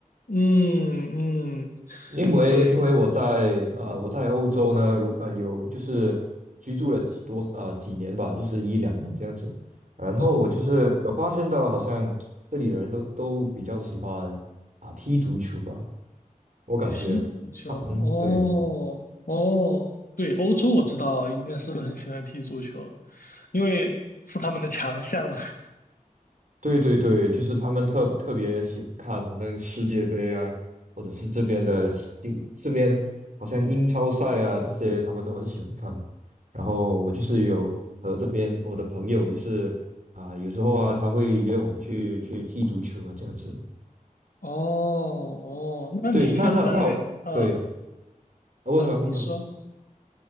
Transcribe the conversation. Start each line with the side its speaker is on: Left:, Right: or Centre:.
Left: 嗯嗯，
Right: 因为因为我在呃我在欧洲呢，
Left: 对
Right: 如呃有就是居住了几多呃几年吧，就是一两年这样子，然后我就是有发现到，
Left: 哦。
Right: 好像这里的人都都比较喜欢啊、踢足球吧，我感觉，
Left: 踢足球，哦哦，
Right: 嗯，对。
Left: 对，欧洲我知道，应该是很喜欢踢足球，因为是他们的强项嘛。
Right: 对对对，就是他们特特别喜欢看，好像世界杯啊，或者是这边的英这边好像英超赛啊这些，他们都很喜欢看。然后我就是有和这边我的朋友，就是啊、有时候啊，他会约我们去去踢足球啊，这样子。
Left: <laughs> 哦哦，那你现在，
Right: 对，那那那我对，
Left: 嗯
Right: 啊问吧问吧。
Left: 嗯，你说，